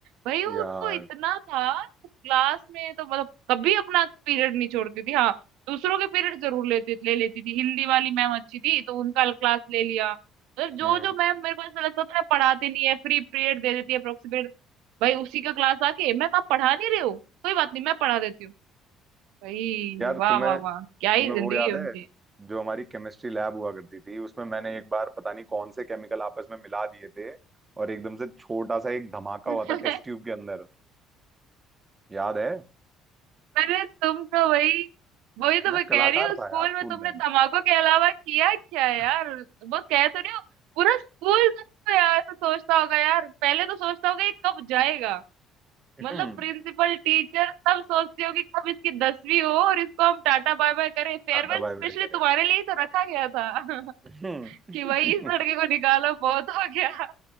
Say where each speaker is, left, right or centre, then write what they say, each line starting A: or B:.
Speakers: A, on the right; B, on the right.
A: भाई उनको
B: यार
A: इतना था क्लास में तो मतलब कभी अपना पीरियड नहीं छोड़ती थी हाँ दूसरों के पीरियड जरूर लेती ले लेती थी हिंदी वाली मैम अच्छी थी तो उनका क्लास ले लिया मतलब जो
B: हम्म
A: जो मैम मेरे को ऐसा लगता था पढ़ाती नहीं है फ्री पीरियड दे देती है अप्रोक्सीमेट भाई उसी का क्लास आके मैं आप पढ़ा नहीं रहे हो कोई बात नहीं मैं पढ़ा देती हूँ भाई
B: यार
A: वाह
B: तुम्हें
A: वाह वाह क्या ही
B: तुम्हें
A: जिंदगी
B: वो याद
A: है उनकी
B: है जो हमारी केमिस्ट्री लैब हुआ करती थी उसमें मैंने एक बार पता नहीं कौन से केमिकल आपस में मिला दिए थे और एकदम से छोटा सा एक धमाका हुआ
A: <laughs>
B: था टेस्ट ट्यूब के अंदर याद है
A: अरे तुम तो वही वही तो
B: मैं
A: मैं
B: कलाकार
A: कह रही हूँ स्कूल
B: था यार स्कूल
A: में तुमने
B: में
A: धमाकों के अलावा किया क्या यार
B: <laughs>
A: वो कह तो रही हूँ पूरा स्कूल तो यार ऐसा सोचता होगा यार पहले तो सोचता होगा ये कब जाएगा मतलब
B: हम्म,
A: प्रिंसिपल टीचर सब सोचते हो कि कब इसकी दसवीं हो और इसको हम टाटा बाय बाय करें फेयरवेल
B: टाटा
A: स्पेशली
B: बाय बाय करे
A: तुम्हारे लिए ही तो रखा गया था <laughs>
B: हम्म।
A: कि भाई इस लड़के को निकालो बहुत हो गया